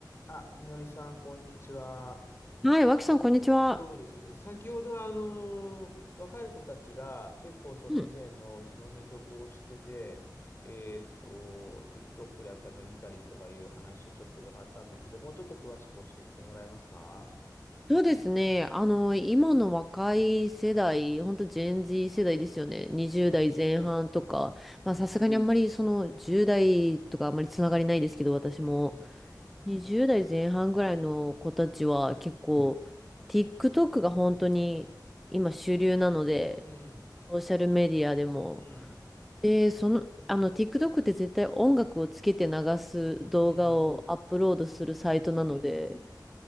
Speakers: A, on the left; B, in the centre.
A: あ、みのりさん、こんにちは。
B: はい、脇さん、こんにちは。
A: そうですね。先ほど、あのー若い子たちが結構その以前のいろんな曲を知ってて、
B: うん。
A: えーっと、TikTok でかで見たりとかいう話をちょっと伺ったんですけど、もうちょっと詳しく教えてもらえますか
B: そうですね。あの、
A: うん、
B: 今の若い世代、ほんとジェン Z 世代ですよね。20代前半とか。
A: うん、うん、
B: まあ、さすがにあんまりその10代とかあんまりつながりないですけど、私も。
A: うん、
B: 20代前半ぐらいの子たちは結構、
A: うん、
B: TikTok が本当に今主流なので、
A: うん、
B: ソーシャルメディアでも。
A: うん、うん、
B: で、その、あの、TikTok って絶対音楽をつけて流す動画をアップロードするサイトなので、
A: うん、うん、